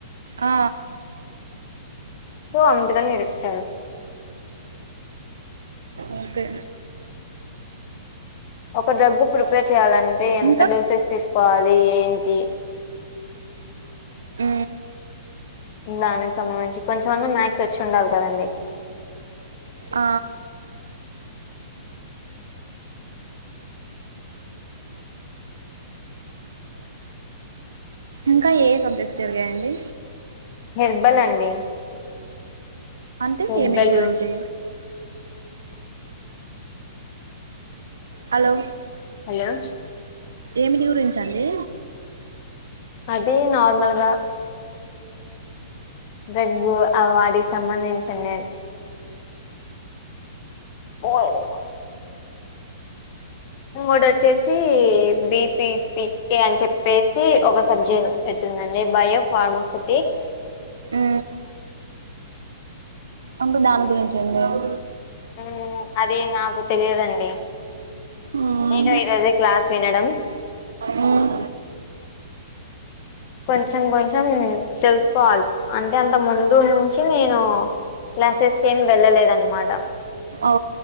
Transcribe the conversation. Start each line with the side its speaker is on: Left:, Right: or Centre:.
Right: ఆ
Left: ఓ అందుకని విడోచాడు
Right: అంతే
Left: ఒక డ్రగ్గు ప్రిపేర్ చేయాలంటే ఎంత
Right: ఇంకా
Left: డోసెస్ తీసుకోవాలి ఏం తే
Right: ఉ
Left: దానికి సంబంధించి కొంచెంమన్నా మ్యాక్స్ వచ్చి ఉండాలి కదండి
Right: ఆ ఇంకా ఏ సబ్జెక్ట్స్ జరిగాయండి
Left: హేర్బల్ అండి
Right: అంటే
Left: హెర్బల్
Right: ఏమిది గురించి హలో
Left: హలో
Right: ఏమిటి గురించండి
Left: అది నార్మల్గా దగ్గు ఆ వాటికి సంబంధించి నేను ఓయి నువ్వ ఇంకోటి వచ్చేసి బిపి పిక్తే అని చెప్పేసి ఒక సబ్జెను టెందండి బయో ఫార్మాసూటిక్స్
Right: ఉ అంటే దాని గురించి తిన్నవు
Left: ఉ అది నాకు తెలియదండి
Right: మ్మ్
Left: నేను ఈ రోజే క్లాస్ వినడం
Right: మ్మ్
Left: కొంచెం కొంచెం తెలుసుకోవాలి అంటే అంత ముందు నుంచి నేను క్లాసెస్ కేం వెళ్ళలేదు అన్మట
Right: ఓ